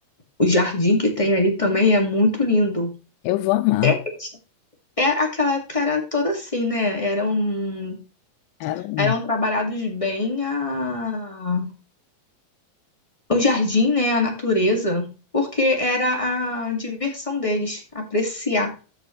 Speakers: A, on the left; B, on the left.
A: O jardim que tem ali também é muito lindo.
B: Eu vou amar.
A: É, é, aquela época era toda assim, né? Eram,
B: Caramba.
A: eram trabalhados bem a, o jardim, né? A natureza, porque era a diversão deles, apreciar,